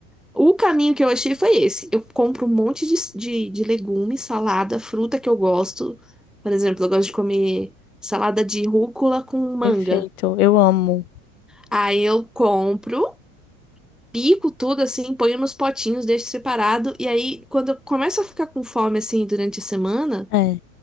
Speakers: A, in the centre; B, on the left.
A: O caminho que eu achei foi esse. Eu compro um monte de, de, de legume, salada, fruta que eu gosto. Por exemplo, eu gosto de comer salada de rúcula com manga.
B: Perfeito. Eu amo.
A: Aí eu compro, pico tudo assim, ponho nos potinhos, deixo separado. E aí, quando eu começo a ficar com fome assim durante a semana,
B: É.